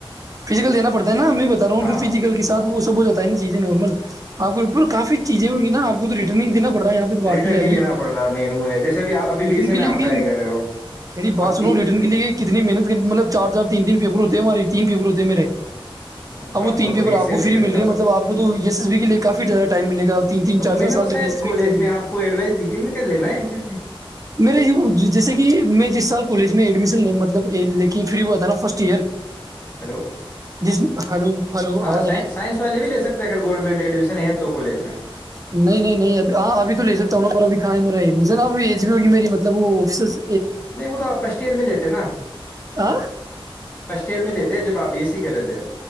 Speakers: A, on the right; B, on the left.
A: فیزیکل دینا پڑتا ہے نا میں بتا رہا ہوں
B: ہاں
A: جو فیزیکل کےساتھ وہ سب ہو جاتا ہے نا چیزیں نارمل اپ کو پھر کافی چیزیں ہوئی نا اپ کو تو ریٹن ہی دیکھ نہ پڑ رہا یہاں پہ تو بات
B: ریٹرن
A: ہی آ
B: نہیں
A: گی
B: دینا پڑ رہا مین وہ ہے جیسے ابھی آپ ابھی
A: ریٹرن
B: بی سے
A: کے لیے
B: میں آپ
A: کہ
B: ٹرائی کر رہے ہو
A: میری بات
B: اب
A: سنو
B: بھی
A: ریٹرن کے لیے کتنی محنت کرنی مطلب چار چار تین تین پیپر ہوتے ہماری تین پیپر ہو تے میرے
B: اچھا
A: اب وہ تین پیپر
B: تو ہے
A: آپ
B: سیف
A: کو
B: ریٹرن
A: فری مل
B: کا
A: رہے مطلب آپ کو تو ایس ایس بی کے لیے کافی زیادہ ٹائم ملے گا تین تین چار چار
B: میں نے
A: سال
B: تو
A: تک
B: شاید
A: ایس ایس
B: کالج
A: بی چلیں
B: میں
A: گی
B: آپ کو ایڈوائس دی تھی میں نے کہ لینا ہے این سی سی
A: میرے جیسے کہ میں جس سال کالج میں ایڈمیشن لے مطلب لے کے فری ہوا تھا نا فرسٹ ایئر
B: ہیلو
A: جس ہلو ہلو آواز
B: ہاں
A: آ رہی ہے
B: سائنس والے بھی لے سکتے اگر گورنمنٹ ایڈمیشن ہے تو تو کالج میں
A: نہیں نہیں نہیں ابھی ہاں ابھی تو لے سکتا ہوں پر اب کہاں ہے میرا ایڈمیشن اب ایج بھی ہوگی میری مطلب وہ آفسس
B: نہیں وہ تو آپ فسٹ ایئر میں لیتے نا
A: ہاں
B: فسٹ ایئر میں لیتے جب آ بیس کہ رہے تھے